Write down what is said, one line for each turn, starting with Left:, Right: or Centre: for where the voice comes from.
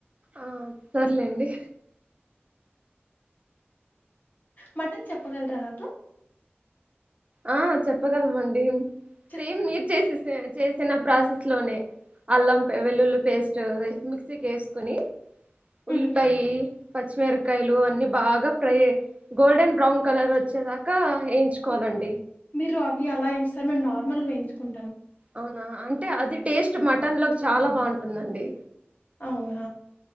Right: ఆ సర్లేండి
Left: మటన్ చెప్పగలరా నాకు
Right: ఆ చెప్పగలమండి
Left: చెప్ప
Right: సేమ్ మీరు చేసేసే చేసిన ప్రాసెస్ లోనే అల్లం పే వెల్లుల్లి పేస్ట్ మిక్సీకి వేసుకుని
Left: హ్మ్.
Right: ఉల్లిపాయి పచ్చిమిరకాయలు అన్ని బాగా ఫ్రై గోల్డెన్ బ్రౌన్ కలర్ వచ్చేదాకా ఎయించుకోవాలండి
Left: ఓహ్! మీరు అవి అలా ఎయించుస్తారు మేము నార్మల్గా వేయించుకుం
Right: అవునా అంటే అది టేస్ట్ మటన్ లోకి చాలా బావుంటుందండి
Left: అవునా